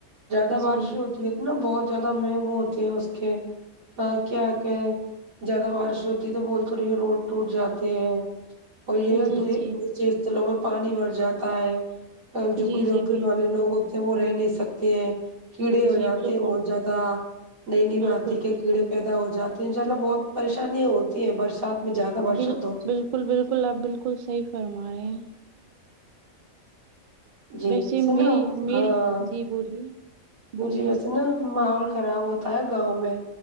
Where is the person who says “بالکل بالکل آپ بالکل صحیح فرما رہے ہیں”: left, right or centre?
Right